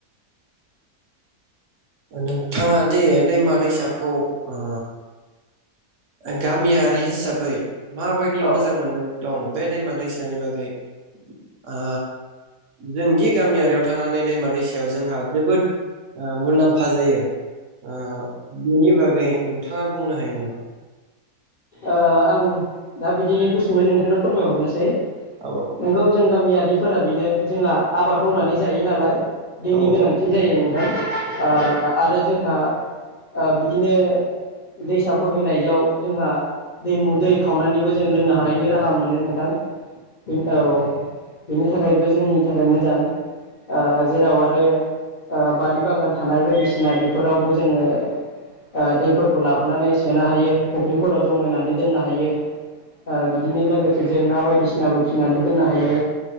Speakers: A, on the right; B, on the left.
A: नोंथाङा दि दैमा दैसाखौ ओ ओं गामियारि हिसाबै। माबायदि
B: औ
A: मोजां मोननाय? दं बे दैमा दैसानि बागै ओ जोंदिग गामियारियाव थानानै दैमा दैसायाव जोंहा जोबोद ओ मुलाम्फा जायो। ओ बिनि बाग रि नोंथाङा बुंनो हायो नामा?
B: ओ‌ आं दा बिदिनो गुसुङै नोंथांनो फोरमायहरनोसै।
A: औ
B: नोंगौ जों गाम मियारिफोरा बिनो जोंहा आबाद मावनानै जायो नालाय। दिनि
A: औ
B: गोनांथि जायो नों <inaudible> ओ
A: औ
B: आरो जोंहा ओ बिदिनो दैसा बोहैनायाव जोंहा दैमु दै खावनानिबो जों लोंनो हानायनि राहा मोनो नों थां इन औ। बिनि थाखायबो जोंनि थाखाय मोजां ओ जेराव आरो ओ बारि बागान थानाय बायदिसिना बेफोरावबो जोङो ओ दैफोरखौ लाबोनानै सोनो हायो फुख्रिफोराव ज जमायनानै दोननो हायो। ओ बिदिनो लोगो जों ना बायदिसिनाबो फिसिनानै दोननो हायो